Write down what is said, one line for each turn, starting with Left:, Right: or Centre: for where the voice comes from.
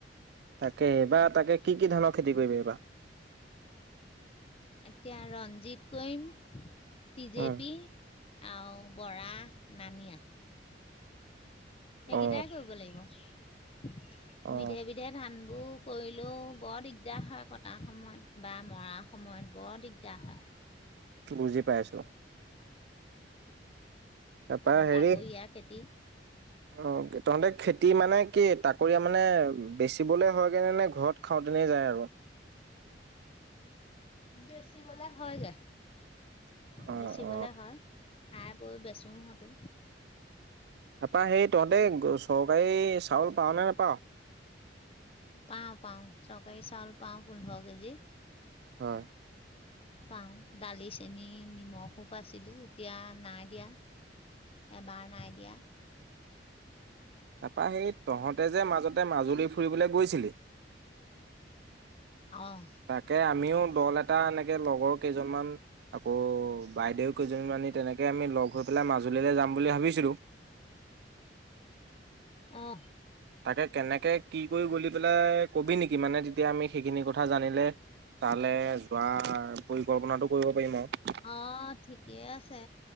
Right: তাকে, এইবাৰ তাকে কি কি ধানৰ খেতি কৰিবি এইবাৰ?
Left: এতিয়া ৰঞ্জিত কৰিম। টি জেপি,
Right: অ
Left: আৰু বৰা, নানিয়া। সেইকেইটাই
Right: অ
Left: কৰিব লাগিব।
Right: অ
Left: বিধে বিধে ধানবোৰ কৰিলেও বৰ দিগদাৰ হয়, কটা সময়ত বা মৰা সময়ত বৰ দিগদাৰ হয়।
Right: বুজি পাইছোঁ। তাৰপা হেৰি,
Left: তাকৰীয়া খেতি
Right: অ' তহঁতে খেতি মানে কি, তাকৰীয়া মানে বেচিবলে হয়গে নে, নে ঘৰত খাওঁতেনে যায় আৰু?
Left: বেছিবলে হয়গে।
Right: অ
Left: বেচিবলে
Right: অ
Left: হয়, খাই বৈ বেচো হঁতো।
Right: তাৰপা সেই, তহঁতে চৰকাৰী চাউল পাঅ' নে নেপাঅ'?
Left: পাওঁ, পাওঁ, চকাৰী চাউল পাওঁ পোন্ধৰ কেজি।
Right: হয়।
Left: পাওঁ, দালি, চেনি নিমখো, পাইছিলোঁ, এতিয়া নাই দিয়া। এবাৰ নাই দিয়া।
Right: তাৰপা সেই তহঁতে যে মাজতে মাজুলী ফুৰিবলৈ গৈছিলি
Left: অ'।
Right: তাকে আমিও দল এটা এনেকে লগৰ কেইজনমান আকৌ বাইদেউ কেইজনীমানি তেনেকে আমি লগ হৈ পেলাই মাজুলীলৈ যাম বুলি ভাবিছিলোঁ।
Left: অ'।
Right: তাকে কেনেকে কি কৰি গ'লি পেলাই ক'বি নেকি মানে তেতিয়া আমি সেইখিনি কথা জানিলে তালে যোৱাৰ পৰিকল্পনাটো কৰিব পাৰিম আৰু।
Left: অ', ঠিকেই আছে,